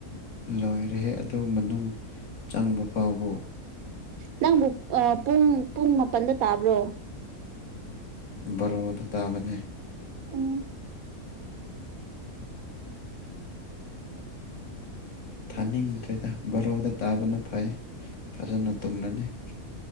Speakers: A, on the left; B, on the right.
A: ꯂꯣꯏꯔꯦꯍꯦ ꯑꯗꯨ ꯃꯅꯨꯡ ꯆꯪꯕ ꯐꯥꯎꯕ
B: ꯅꯪꯕꯨ ꯑ ꯄꯨꯡ ꯄꯨꯡ ꯃꯥꯄꯟꯗ ꯇꯥꯕ꯭ꯔꯣ
A: ꯕꯔꯣꯗ ꯇꯥꯕꯅꯦ
B: ꯎꯝ
A: ꯊꯥꯅꯤꯡꯗ꯭ꯔꯦꯗ ꯕꯔꯣꯗ ꯇꯥꯕꯅ ꯐꯩ ꯐꯖꯅ ꯇꯨꯝꯂꯅꯤ